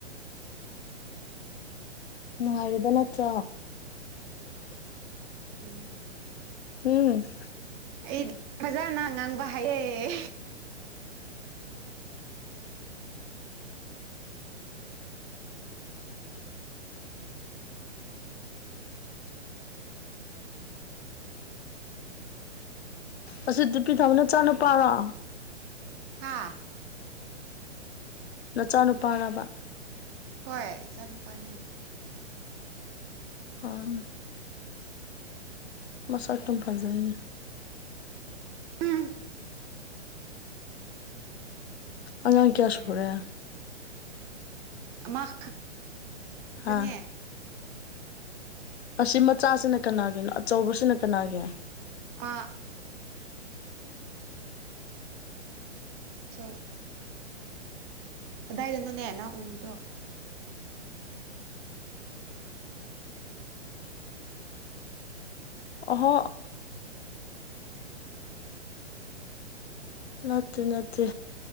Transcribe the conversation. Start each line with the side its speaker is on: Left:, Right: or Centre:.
Left: ꯅꯨꯡꯉꯥꯏꯔꯤꯕ ꯅꯠꯇ꯭ꯔꯣ
Right: ꯎꯝ
Left: ꯎꯝ
Right: ꯑꯩꯗꯤ ꯐꯖꯅ ꯉꯥꯡꯕ ꯍꯥꯏꯌꯦ
Left: ꯑꯁꯤ <unintelligible> ꯅꯆꯥ ꯅꯨꯄꯥꯔꯣ
Right: ꯍꯥꯥ
Left: ꯅꯆꯥ ꯅꯨꯄꯥꯔꯕ
Right: ꯍꯣꯏ ꯏꯆꯥ ꯅꯨꯄꯥꯅꯦ
Left: ꯑꯣ ꯃꯁꯚ ꯇꯨꯝ ꯐꯖꯩꯅꯦ
Right: ꯎꯝ
Left: ꯑꯉꯥꯡ
Right: ꯈꯪꯗ꯭ꯔꯦ
Left: ꯀꯌꯥ ꯁꯨꯔꯦ
Right: ꯑꯃꯥ ꯈꯛ
Left: ꯍꯥ
Right: ꯇꯅꯦ
Left: ꯑꯁꯤ ꯃꯆꯥꯖꯤꯅ ꯀꯅꯥꯒꯤꯅꯣ ꯑꯆꯧꯕꯁꯤꯅ ꯀꯅꯥꯒꯤ
Right: ꯃꯥ <inaudible> ꯆꯣ ꯀꯗꯥꯏꯗꯅꯣꯅꯦ ꯅ ꯎꯕꯗꯣ
Left: ꯑꯣꯍꯣ ꯅꯠꯇꯦ ꯅꯠꯇꯦ